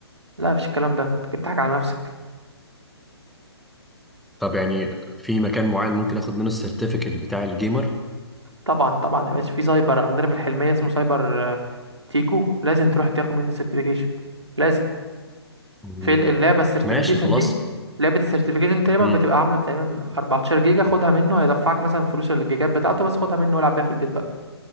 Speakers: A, on the right; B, in the centre.
A: لا مفيش الكلام ده انت كده بتضحك على نفسك
B: طب يعني في مكان معين ممكن اخد منه السيرتيفيكت بتاع الجيمر
A: طبعا طبعا يا باشا في سايبر عندنا في الحلمية اسمه سايبر آه، تيكو لازم تروح تاخد منه سيرتيفيكيشن لازم
B: مم.
A: في اللعبة السيرتيفيكيشن
B: ماشي خلاص
A: دي لعبة السيرتيفيكيشن تقريبا
B: مم.
A: بتبقى عاملة تقريبا 14 جيجا خدها منه هيدفعك مثلا فلوس الجيجات بتاعته بس خدها منه والعب بيها في البيت بقى